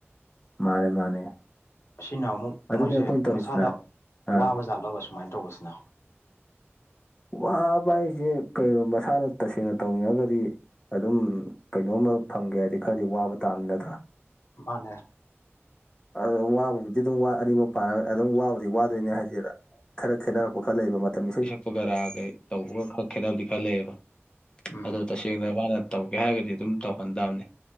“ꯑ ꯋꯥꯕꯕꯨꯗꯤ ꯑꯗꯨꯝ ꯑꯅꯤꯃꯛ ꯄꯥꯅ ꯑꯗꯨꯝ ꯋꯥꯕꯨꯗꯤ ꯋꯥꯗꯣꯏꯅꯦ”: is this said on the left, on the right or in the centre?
Left